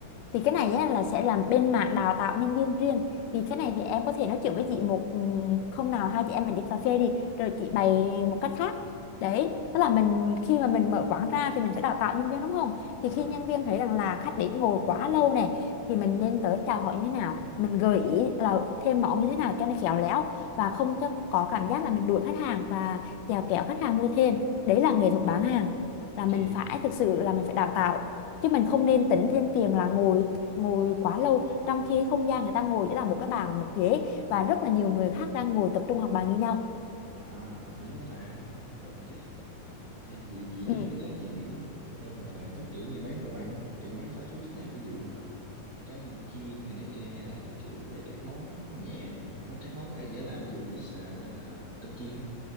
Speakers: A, on the left; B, on the right.
A: thì cái này á, là sẽ làm bên mảng đào tạo nhân viên riêng thì cái này thì em có thể nói chuyện với chị một ừm, hôm nào hai chị em mình đi cà phê đi rồi chị bày một cách khác đấy
B: Ừ.
A: tức là mình khi mà mình mở quán ra thì mình phải đào tạo nhân viên đúng không thì
B: à,
A: khi nhân viên thấy rằng là khách để ngồi quá lâu này thì mình nên tới chào hỏi như thế nào mình gợi ý là thêm món như thế nào cho nó khéo léo và không cho có cảm giác là mình đuổi khách hàng và chèo kéo khách hàng mua thêm đấy là nghệ
B: à
A: thuật bán hàng
B: ok
A: là mình phải thực sự là mình phải đào tạo chứ mình không nên tính thêm tiền là ngồi ngồi quá lâu trong khi không gian người ta ngồi chỉ là một cái bàn một ghế và rất là nhiều người khác đang ngồi tập trung học bài như nhau
B: à hợp lý quá ta được hả chị Ê, vậy, vậy
A: ừ
B: nếu bây giờ chị nghĩ theo hình- về hình thức kiểu như bán đồ ăn á, kiểu bán fast food nè, ví dụ ờ, cá viên chiên hay này kia hay là kiểu về các món nhẹ không các món có thể dễ làm ví dụ mì xào hay là cơm chiên á